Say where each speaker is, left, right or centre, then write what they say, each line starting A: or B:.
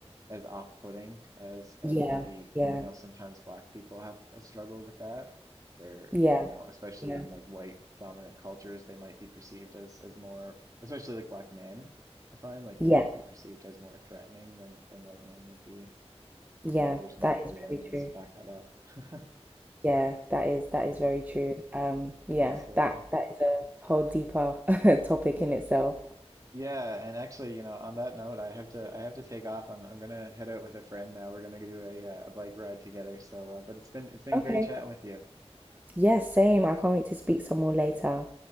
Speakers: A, on the right; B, on the right.
A: as off-putting as as
B: Yeah,
A: maybe
B: yeah,
A: I know sometimes black people have a struggle with that, where
B: yeah,
A: you know, especially
B: yeah,
A: in like white dominant cultures, they might be perceived as as more, especially like black men. I find like
B: yeah,
A: they might be perceived as more threatening than than white men would be,
B: yeah.
A: even though there's no
B: That
A: real
B: is
A: evidence
B: very true.
A: to back that up. <laughs>
B: Yeah, that is that is
A: Yeah,
B: very true. Um, yeah,
A: absolutely.
B: that that is a whole deeper <laughs> topic in itself.
A: Yeah, and actually, you know, on that note, I have to I have to take off. I'm I'm gonna head out with a friend now. We're gonna do a uh, a bike ride together. So, uh, but it's been it's been
B: Okay.
A: great chatting with you.
B: Yeah, same. I can't wait to speak some more later.